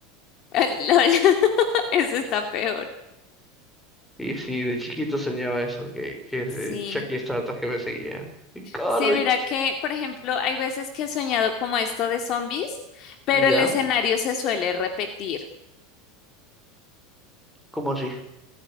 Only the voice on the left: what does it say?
LOL, <laughs> eso está peor.
Sí.
Sí, mira que, por ejemplo, hay veces que he soñado como esto de zombies, pero
el escenario se suele repetir.